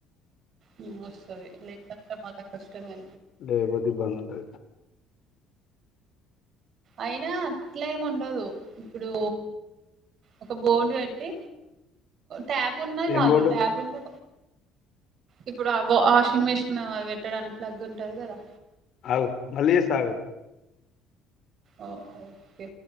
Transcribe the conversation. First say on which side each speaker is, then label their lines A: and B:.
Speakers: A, on the right; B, on the left.
A: మ్మ్ వస్తది లేదంటే మల్ల కష్టమే
B: లేేగదుగానుంటది
A: అయినా అట్లేముండదు ఇప్పుడు ఒక బోర్డు పెట్టి ట్యాప్ ఉన్నా చాలు
B: ఏం బోర్డు
A: ట్యాప్ ఉన్నా ఇప్పుడు ఆ వాషింగ్ మిషిన్ అది పెట్టడానికి ప్లగ్ ఉంటది కదా
B: అవు మళ్లీ జేస్తా ఆగు
A: ఆ ఓకే